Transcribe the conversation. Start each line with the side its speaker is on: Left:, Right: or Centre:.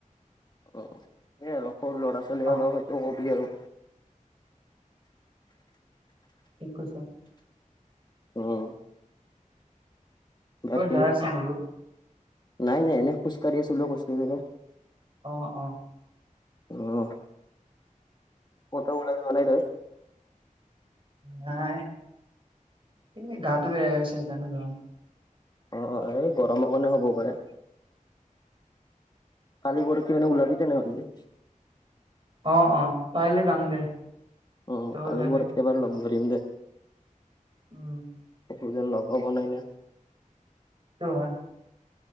Left: অ' সেয়ে আৰু সৰু ল'ৰা ছোৱালী
Right: অ
Left: অলপ একো কবি আৰু।
Right: ঠিক কৈছা।
Left: উম বাকী
Right: কত যাই আছা নি?
Left: নাই নাই এনে খোজ কঢ়ি আছিলো বুলি কৈছো।
Right: অ' অ'
Left: উম কটাব লাগিব এনকেই।
Right: নাই গাটো বে হৈ আছে কাৰনে যোৱা নাই।
Left: অ'এই গৰমৰ কাৰণে হ'বও পাৰে। কালি প'ৰহি মানে ওলাবি তেনে হ'লে।
Right: অ' অ' কাইলে যাম দে।
Left: অ'
Right: তই ওলাবি
Left: কালি মই একে বাৰে লগ ধৰিম দে।
Right: উম
Left: বহুত যে লগ ব নাই না।
Right: সেইটো হয়।